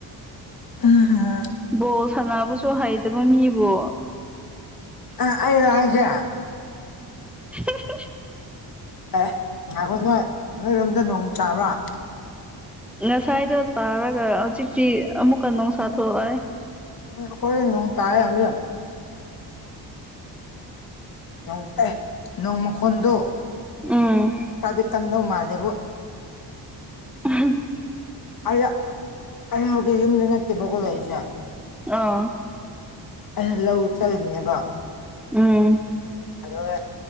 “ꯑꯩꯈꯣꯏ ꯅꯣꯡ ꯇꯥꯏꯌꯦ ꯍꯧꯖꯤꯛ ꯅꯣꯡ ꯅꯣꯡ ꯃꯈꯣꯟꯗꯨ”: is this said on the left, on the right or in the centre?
Left